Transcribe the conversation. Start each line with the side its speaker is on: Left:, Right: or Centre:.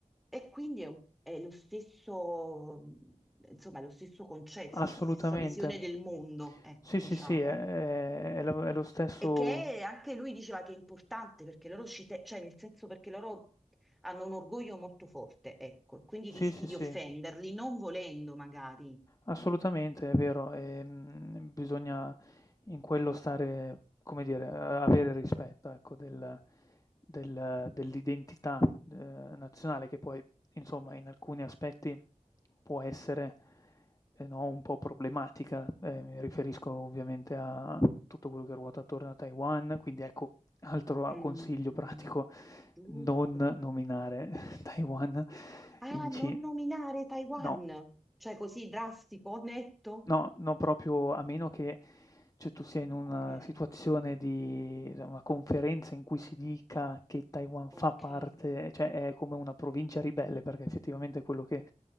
Centre: e quindi è, un- è lo stesso, insomma, è lo stesso concetto, stes-
Left: Assolutamente.
Centre: stessa visione del mondo, ecco,
Left: Sì,
Centre: diciamo.
Left: sì, sì, è è è lo è lo stesso
Centre: E che anche lui diceva che è importante perché loro ci te- cioè nel senso perché loro hanno un orgoglio molto forte, ecco, e quindi
Left: sì,
Centre: rischi
Left: sì, sì.
Centre: di offenderli non volendo magari.
Left: Assolutamente, è vero. Ehm, bisogna in quello stare, come dire, a avere rispetto, ecco, del del dell'identità, ehm, nazionale che poi, insomma, in alcuni aspetti può essere eh no, un po' problematica, eh, mi riferisco ovviamente a tutto quello che ruota attorno a Taiwan, quindi ecco, altro
Centre: Mm,
Left: consiglio pratico,
Centre: giusto.
Left: non nominare <laughs> Taiwan
Centre: Ah,
Left: in ci
Centre: non nominare Taiwan,
Left: No.
Centre: cioè così drastico, netto.
Left: No, no, proprio a meno che, cioè, tu sia in una
Centre: Ok,
Left: situazione di cioè, una conferenza in cui si dica che Taiwan
Centre: ok.
Left: fa parte cioè è come una provincia ribelle, perché effettivamente quello che